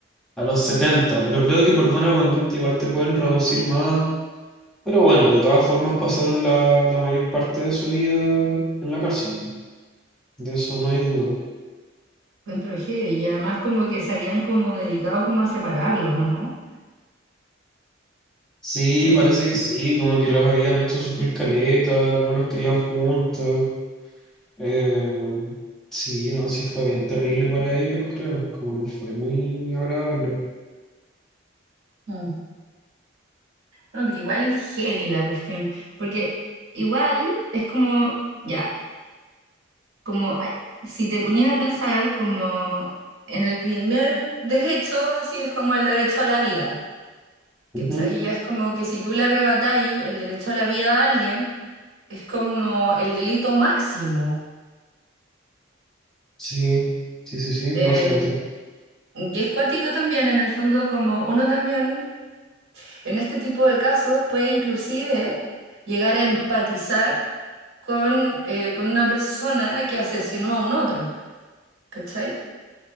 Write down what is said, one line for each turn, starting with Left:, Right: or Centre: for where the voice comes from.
Centre: a los 70 pero creo que por buena conducta igual te pueden reducir más pero bueno, de todas formas pasaron la, la mayor parte de su vida en la cárcel. De eso no hay duda.
Right: Encuentro heavy, y además como que se habían como dedicado como a separarlos, ¿o no?
Centre: Sí,
Right: Como
Centre: parece que sí, como que los habían hecho sufrir caleta, no los querían juntos. Eh, sí, no, sí fue bien terrible para ellos, creo. Como no fue muy agradable.
Right: Mm. no, pero igual heavy la cuestión, porque igual es como, ya. como ay, si te ponías a pensar como en el primer derecho, así es como el derecho a la vida.
Centre: Ujú,
Right: ¿Cachai? Y es como que si tú le arrebatáis el derecho a la vida a alguien, es como el delito máximo.
Centre: Sí, sí, sí, sí, no,
Right: Eh,
Centre: se lo entiendo.
Right: y es cuático también, en el fondo, como uno también en este tipo de casos puede inclusive llegar a empatizar con, eh, con una persona que asesinó a un otro. ¿Cachai?